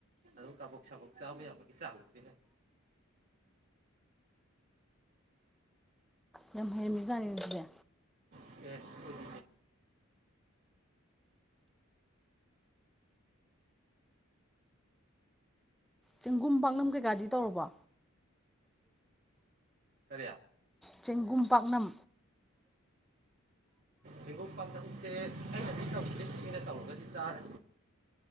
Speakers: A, on the right (about 45°); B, in the centre.
A: ꯑꯗꯨꯝ ꯀꯥꯕꯣꯛ ꯁꯥꯕꯣꯛ ꯆꯥꯕ ꯌꯥꯕꯒꯤ ꯆꯥꯡꯗꯨꯗꯤ ꯍꯩ
B: ꯌꯥꯝ ꯍꯩꯔꯝꯃꯤ ꯖꯅꯤꯅꯦ ꯗꯨꯗꯤ
A: <unintelligible>
B: ꯆꯦꯡꯒꯨꯝ ꯄꯥꯡꯅꯝ ꯀꯩꯀꯥꯗꯤ ꯇꯧꯔꯕꯣ
A: ꯀꯔꯤ
B: ꯆꯦꯡꯒꯨꯝ ꯄꯥꯛꯅꯝ
A: ꯆꯦꯡꯒꯨꯝ ꯄꯥꯛꯅꯝꯁꯦ ꯑꯩꯅꯗꯤ ꯇꯧꯗ꯭ꯔꯤ ꯃꯤꯅ ꯇꯧꯔꯒꯗꯤ ꯆꯥꯔꯦ